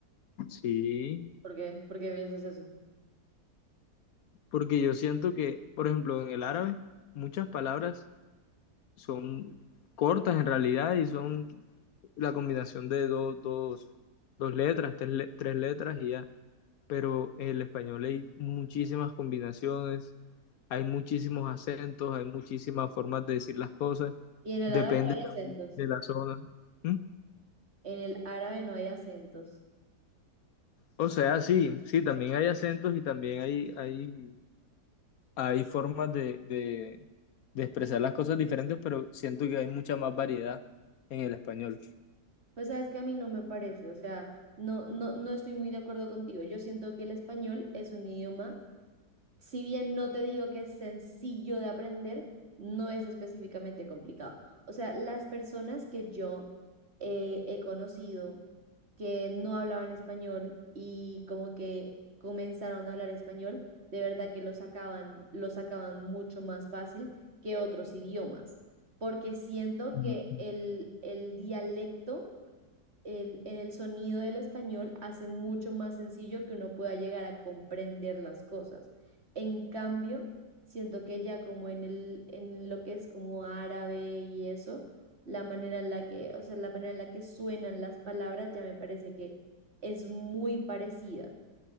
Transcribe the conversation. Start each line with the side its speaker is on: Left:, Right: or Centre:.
Left: Sí.
Right: ¿Por qué? ¿Por qué piensas eso?
Left: Porque yo siento que, por ejemplo, en el árabe, muchas palabras son cortas en realidad y son la combinación de dos, dos, dos letras, tres, le- tres letras y ya. Pero en el español hay muchísimas combinaciones, hay muchísimos acentos, hay muchísimas formas de decir las cosas,
Right: Y en el
Left: depende
Right: árabe no hay acentos.
Left: de la zona. ¿Mm?
Right: En el árabe no hay acentos.
Left: O sea, sí, sí, también hay acentos y también hay, hay hay formas de, de, de expresar las cosas diferentes, pero siento que hay mucha más variedad en el español.
Right: Pues sabes que a mí no me parece, o sea, no, no, no estoy muy de acuerdo contigo. Yo siento que el español es un idioma si bien no te digo que es sencillo de aprender, no es específicamente complicado. O sea, las personas que yo eh, he conocido que no hablaban español y como que comenzaron a hablar español, de verdad que lo sacaban, lo sacaban mucho más fácil que otros idiomas, porque siento
Left: Mm,
Right: que el, el dialecto el, el sonido del español hace mucho más sencillo que uno pueda llegar a comprender las cosas. En cambio, siento que ya como en el, en lo que es como árabe y eso, la manera en la que, o sea, la manera en la que suenan las palabras ya me parece que es muy parecida.